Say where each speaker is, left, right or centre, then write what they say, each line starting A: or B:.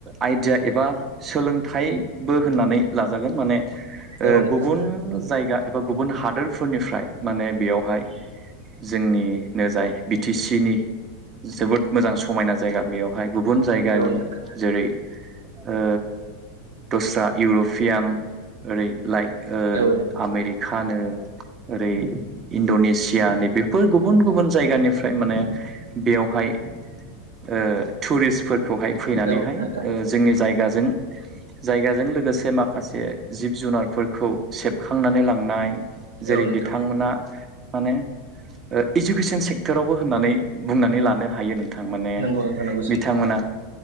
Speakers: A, on the right (about 30°); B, on the right (about 80°).
A: आइडिया एबा सोलोंथाइबो होननानै लाजागोन माने ओ
B: औ नोंथां
A: गुबुन जायगा एबा गुबुन हादोरफोरनिफ्राय माने बेयावहाय जोंनिनो जाय बि टि सि नि जोबोद मोजां समायना जायगा बेयावहाय गुबुन जायगानि
B: औ नोंथां
A: जेरै ओ दस्रा इउरपियान ओरै लाइक ओ
B: औ नोंथां औ नोंथां
A: आमेरिकानो ओरै इणडनेसियानि बेफोर गुबुन गुबुन जायगानि फ्राय माने बेयावहाय ओ टुरिस्टफोरखौहाय फैनानैहाय
B: औ नोंथां
A: ओ जोंनि जायगाजों जायगाजों लोगोसे माखासे जिब जुनारफोरखौ सेबखांनानै लांनाय जेरै
B: औ नोंथां
A: बिथांमोना माने ओ इडुकेसन सेक्टरावबो होननानै बुंनानै लानो हायो नों थां माने
B: नंगौ नोंथां नंगौ सैथो
A: बिथांमोना